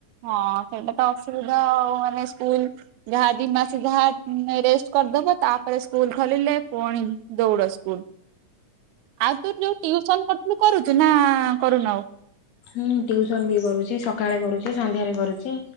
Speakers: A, on the right (about 80°); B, on the left (about 70°).
A: ହଁ ସେଇଟା ତ ଅସୁବିଧା ଆଉ ମାନେ ସ୍କୁଲ ଯାହା ଦି ମାସ ଯାହା ଉଁ ରେଶ୍ଟ କରିଦବ ତାପରେ ସ୍କୁଲ ଖୋଲିଲେ ପୁଣି ଦୌଡ଼ ସ୍କୁଲ। ଆଉ ତୁ ଯୋଉ ଟିଉସନ କରୁଥିଲୁ କରୁଛୁ ନା କରୁନୁ ଆଉ?
B: ହୁଁ ଟିଉସନ ବି କରୁଛି ସକାଳେ କରୁଛି ସନ୍ଧ୍ୟାରେ କରୁଛି